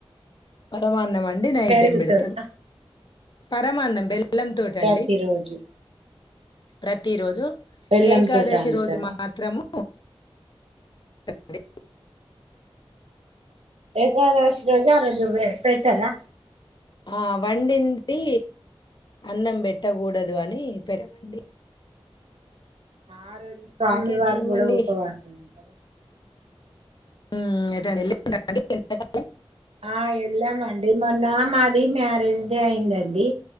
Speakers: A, on the left; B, on the right.
A: పరమాన్నం అండి నైవేద్యం
B: పెరుగుతోట
A: పెడుతాం పరమాన్నం బె ల్లం తోటి
B: ప్రతి
A: అండి
B: రోజు
A: ప్రతి రోజూ
B: బెల్లం
A: ఏకాదశి
B: తోట వండుతారా
A: రోజు మాత్రము <unintelligible>
B: ఏకాదశి రోజు ఆ రోజు పెట్టరా
A: ఆ వండింది అన్నం పెట్టకూడదు అని పెట్టమండి
B: ఆ రోజు స్వామి
A: ఇంకేంటండి
B: వారు కూడా ఉపవాసం ఉంటరా
A: ఉమ్ ఎటన్నా <unintelligible>
B: ఆ ఎళ్ళామండి మొన్న మాది మ్యారేజ్ డే అయ్యిందండి